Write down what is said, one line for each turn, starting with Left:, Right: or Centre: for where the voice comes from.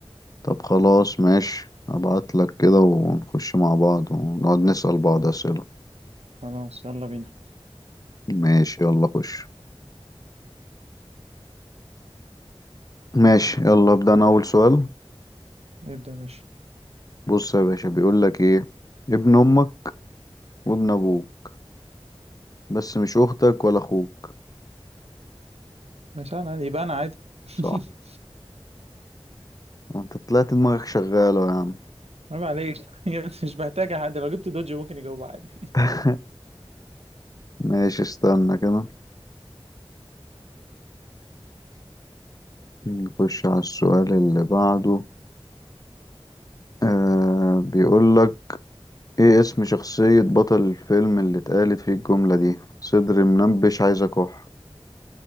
Left: طب خلاص ماشي ابعت لك كده ونخش مع بعض ونقعد نسأل بعض أسئلة
Right: خلاص يلا بينا
Left: ماشي يلا خش ماشي يلا ابدأ انا أول سؤال
Right: نبدا يا باشا
Left: بص يا باشا بيقول لك ايه ابن امك وابن ابوك بس مش اختك ولا اخوك
Right: يا سهل عادي يبقى انا عادي <laughs>
Left: صح انت طلعت دماغك شغالة يا عم
Right: عيب عليك <laughs> مش محتاجه حد لو جبت دوجي ممكن يجاوب عادي
Left: <laughs> ماشي استنى كده نخش على السؤال اللي بعده آه بيقول لك ايه اسم شخصية بطل الفيلم اللي اتقالت فيه الجملة دي صدري منبش عايز اكح